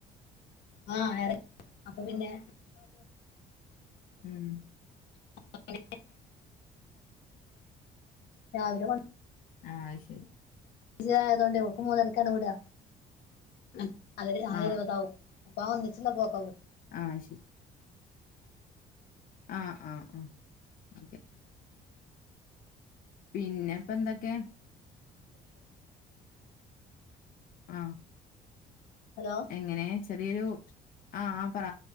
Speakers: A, on the left; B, on the left.
A: ആഹ് ഏറിം അപ്പൊ പിന്നെ
B: ഉം
A: അപ്പൊ പിന്നെ രാവിലെ കോ
B: ആഹ് അയ്ശരി
A: ആയതോണ്ട് ഓക്ക് മൂന്നരക്കാണ് വിട ന നാല്
B: ആ
A: ഇരുപതാാവും അപ്പ ഒന്നിച്ചില്ല പോക്കാവ
B: ആഹ് അയ്ശരി ആഹ് ആഹ് ആഹ് ഓക്കെ പിന്നെ ഇപ്പൊ എന്തൊക്കെ ആഹ്
A: ഹലോ
B: എങ്ങനെ ചെറിയൊരു ആഹ് ആഹ് പറ